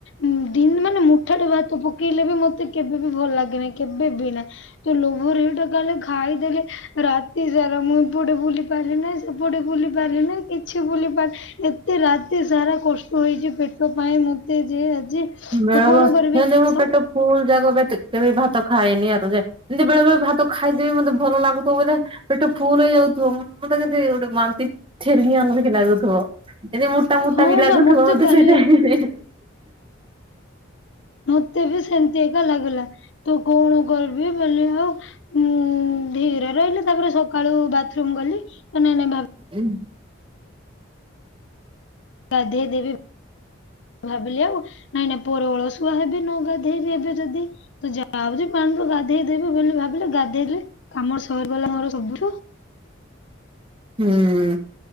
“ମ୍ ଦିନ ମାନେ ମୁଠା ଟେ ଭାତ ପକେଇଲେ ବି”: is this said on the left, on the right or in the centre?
Left